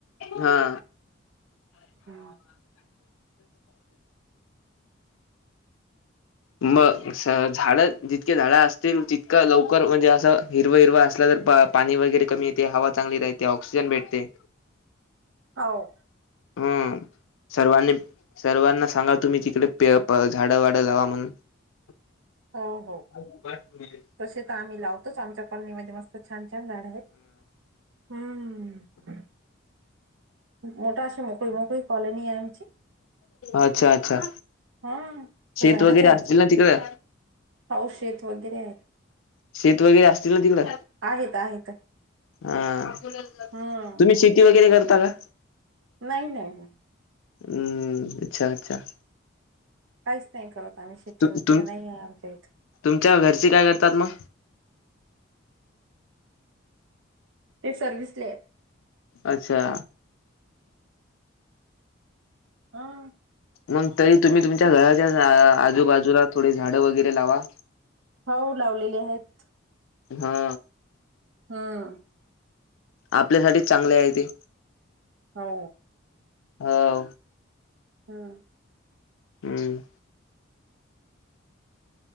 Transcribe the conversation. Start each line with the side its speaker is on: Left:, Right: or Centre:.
Left: हा.
Right: हम्म
Left: मग झाडं जितके झाडं असतील तितकं लवकर म्हणजे असं हिरव हिरव असला तर बा पाणी वगैरे कमी येते हवा चांगली राहते ऑक्सिजन भेटते.
Right: हो.
Left: हम. सर्वांनी सर्वांना सांगा तुम्ही तिकडे पे प झाडं वाडं लावा म्हणून. <unintelligible>
Right: हो हो.
Left: <unintelligible>
Right: तसे तर आम्ही लावतोच आमच्या कॉलनीमध्ये मस्त छान छान झाडं आहेत. हम्म मोठ अशीे मोकळी मुकळी कॉलनी आहे आमची
Left: अच्छा अच्छा!
Right: हा
Left: शेत
Right: तर झाडंच
Left: वगैरे
Right: आहेत
Left: असतील ना तिकडं
Right: पाऊस शेत वगैरे आहे.
Left: शेत वगैरे असतील ना तिकडं.
Right: आहेत आहेत
Left: हा
Right: हम्म
Left: तुम्ही शेती वगैरे करता का.
Right: नाही नाही.
Left: हम्म अच्छा अच्छा.
Right: काहीच नाही करत आम्ही शेती
Left: तुम
Right: वगैरे
Left: तुम
Right: नाही आहे आमच्या इथ.
Left: तुमच्या घरची काय करतात मग.
Right: ते सर्विसले आहेत.
Left: अच्छा!
Right: हा.
Left: मग तरी तुम्ही तुमच्या घराच्या आजूबाजूला थोडे झाडं वगैरे लावा.
Right: हो लावलेले आहेत.
Left: हा.
Right: हम.
Left: आपल्यासाठी चांगले आहे ते.
Right: हो
Left: हो
Right: हम
Left: हम्म